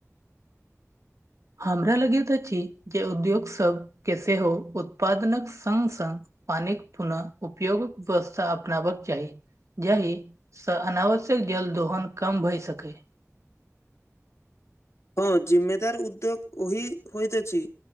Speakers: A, on the right (about 65°); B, on the left (about 60°).
A: हमरा लगति अछि जे उद्योग सभ के सेहो उत्पादनक संग संग पानिक पुनः उपयोग व्यवस्था अपनाबक चाही जाहि सँ अनावश्यक जल दोहन कम भय सकय
B: हँ जिम्ममेदार उद्योग ओहि होइत अछि